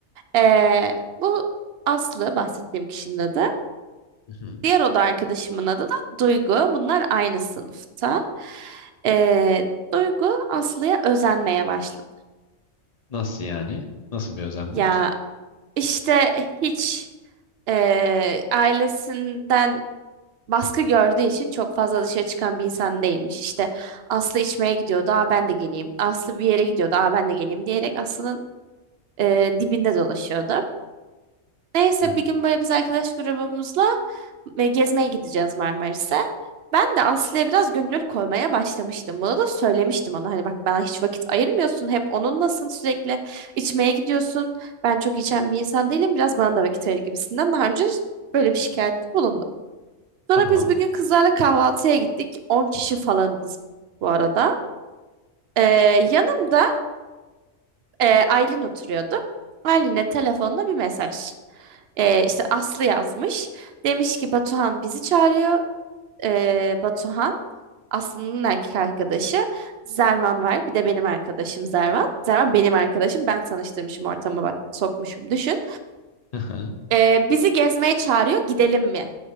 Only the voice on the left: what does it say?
Hı hı.
Nasıl yani? Nasıl bir özenmek?
Hı,
tamam.
Hı hı,